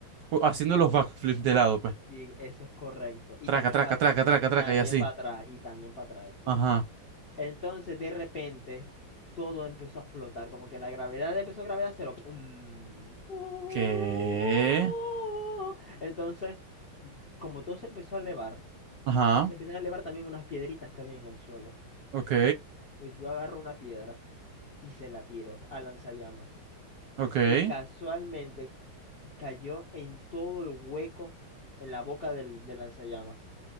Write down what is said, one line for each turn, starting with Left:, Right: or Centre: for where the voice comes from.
Right: O- Haciendo los backflips de lado, pues.
Left: y eso es correcto, y
Right: Traca,
Left: también
Right: traca,
Left: para
Right: traca, traca,
Left: y también
Right: traca, y así.
Left: para atrás, y también para atrás, exacto.
Right: Ajá.
Left: Entonces de repente todo empezó a flotar, como que la gravedad empezó gravedad cero. ¡pum! ¡Oh!
Right: ¿Qué?
Left: Entonces, como todo se empezó a elevar,
Right: Ajá.
Left: se empiezan a elevar también unas piedritas que había en el suelo.
Right: Ok,
Left: Pues yo agarro una piedra y se la tiro a lanzallamas.
Right: ok.
Left: Y casualmente cayó en todo el hueco en la boca del, del lanzallamas.